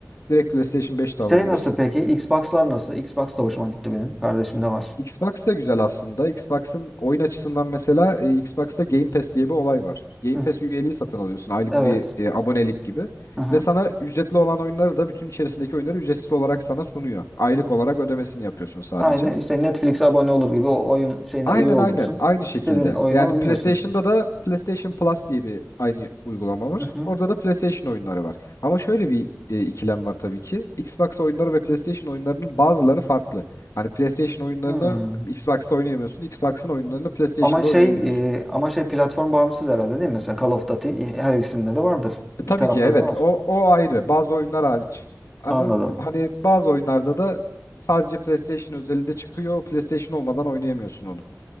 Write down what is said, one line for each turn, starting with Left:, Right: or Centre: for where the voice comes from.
Left: Direkt PlayStation 5 de alabilirsin.
Centre: Şey nasıl peki? Xbox'lar nasıl? Xbox da hoşuma gitti benim. Kardeşim de var.
Left: Xbox da güzel aslında. Xbox'ın oyun açısından mesela e, Xbox'ta Game Pass diye bir olay var. Game
Centre: Hı hı.
Left: Pass üyeliği satın alıyorsun aylık
Centre: Evet.
Left: bir e, abonelik gibi.
Centre: Hı hı.
Left: Ve sana ücretli olan oyunları da bütün içerisindeki oyunları ücretsiz olarak sana sunuyor. Aylık olarak ödemesini yapıyorsun sadece.
Centre: Aynı işte Netflix'e abone olur gibi o oyun şeyine
Left: Aynen
Centre: üye oluyorsun.
Left: aynen aynı şekilde.
Centre: İstediğin oyunu
Left: Yani
Centre: oynuyorsun.
Left: PlayStation'da da PlayStation Plus diye bir aynı uygulama var.
Centre: Hı hı.
Left: Orada da PlayStation oyunları var. Ama şöyle bir e, ikilem var tabii ki. Xbox oyunları ve PlayStation oyunlarının bazıları farklı. Hani PlayStation oyunlarını
Centre: Hmm.
Left: Xbox'ta oynayamıyorsun, Xbox'ın oyunlarını PlayStation'da
Centre: Ama şey
Left: oynayamıyorsun.
Centre: e, ama şey platform bağımsız herhalde değil mi? Mesela Call of Duty her ikisinde de vardır.
Left: E,
Centre: İki
Left: tabii
Centre: tarafta
Left: ki evet
Centre: da var.
Left: o o ayrı. Bazı oyunlar hariç. Ama
Centre: Anladım.
Left: hani bazı oyunlarda da sadece PlayStation özelinde çıkıyor. PlayStation olmadan oynayamıyorsun onu.